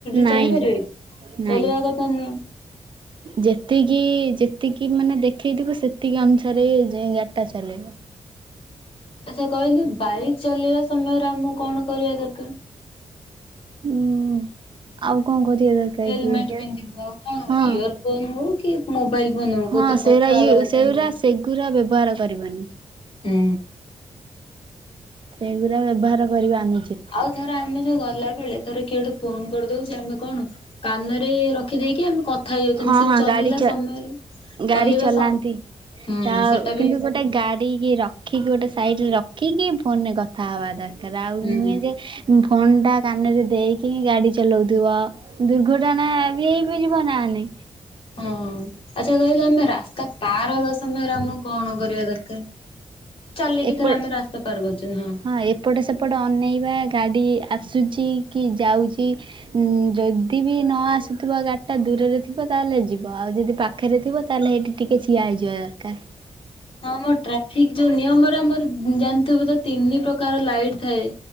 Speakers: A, on the left (about 60°); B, on the right (about 50°).
A: ଚାଲିପାରିବେ?
B: ନାଇନ୍ ନାଇନ୍
A: ଚଲେଇବା କଥା ନୁହଁ।
B: ଯେତିକି ଯେତିକି ମାନେ ଦେଖେଇଥିବ ସେତିକି ଅନୁସାରେ ଜିଆଁ। ଗାଡ଼ିଟା ଚଲେଇବ।
A: ଆଚ୍ଛା କହିଲୁ ବାଇକ୍ ଚଲେଇବା ସମୟରେ ଆମକୁ କଣ କରିବା ଦରକାର।
B: ହୁଁ ଆଉ କଣ କରିବା। ଦରକାର
A: ହେଲମେଟ
B: କି
A: ପିନ୍ଧିବୁ ଆଉ କଣ
B: ହଁ
A: ଇୟର ଫୋନ ହଉ କି ମୋବାଇଲ ବନବ
B: ହଁ
A: କଉଥିରେ
B: ସେରା
A: କଥା ହବା
B: ଇଏ
A: କଥା
B: ସେଗୁରା
A: ନୁହ।
B: ସେଗୁରା ବ୍ୟବହାର କରିବନି।
A: ହୁଁ।
B: ସେଗୁଡା ବ୍ୟବହାର କରିବା ଅନୁଚିତ୍।
A: ଆଉ ଥରେ ଆମେ ଯୋଉ ଗଲା ବେଳେ ଧର କିଏ ଗୋଟେ ଫୋନ କରିଦଉଛି ଆମେ କଣ କାନରେ ରଖିଦେଇକି ଆମେ କ କଥା ହେଇଯାଉଛନ୍ତି,
B: ହଁ
A: ସେମ
B: ହଁ
A: ଚଲିଲା
B: ଗାଡି ଚ
A: ସମୟରେ
B: ଗାଡି
A: ଚଲିବା
B: ଚଲାନ୍ତି
A: ସମ ହୁଁ
B: ତା
A: ସେଟା
B: କିନ୍ତୁ
A: ବି
B: ଗୋଟେ ଗାଡ଼ିକି ରଖିକି ଗୋଟେ ସାଇଡ଼ରେ ରଖିକି ଫୋନରେ କଥା ହେବା ଦରକାର। <inaudible> ଆଉ
A: ହୁଁ
B: ନୁହେଁ ଯେ ଫୋନ୍ଟା କାନରେ ଦେଇକି ଗାଡି ଚଲାଉଥିବ। ଦୁର୍ଘଟଣା ବି ହେଇ ବିି ଯିବ ନା ହେଲେ।
A: ହଁ ଆଚ୍ଛା କହିଲ ଆମେ ରାସ୍ତା ପାର ହବା ସମୟରେ ଆମକୁ କଣ କରିବା ଦରକାର? ଚାଲିକି
B: ଏପଟ
A: ଥର ଆମେ ରାସ୍ତା ପରୁଛୁ ହଁ।
B: ହଁ ଏପଟ ସେପଟ ଅନେଇବା ଗାଡ଼ି ଆସୁଛି କି ଯାଉଛି। ଉ ଯଦି ବି ନ ଆସୁଥିବା ଗାଡ଼ିଟା ଦୂରରେ ଥିବ ତାହେଲେ ଯିବ ଆଉ ଯଦି ପାଖରେ ଥିବ ତାହେଲେ ସେଇଠି ଟିକେ ଠିଆ ହେଇଯିବା ଦରକାର।
A: ହଁ ମୋ ଟ୍ରାଫିକ ଯୋଉ ନିୟମରେ ଆମର ଜାଣିଥିବୁ ତ ତିନି ପ୍ରକାର ଲାଇଟ୍ ଥାଏ।